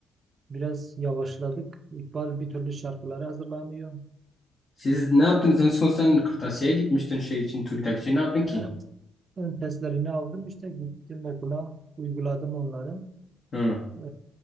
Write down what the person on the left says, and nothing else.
Siz ne yaptınız? En son sen kırtasiyeye gitmiştin şey için, TÜBİTAK için ne yaptın
ki?
Hı.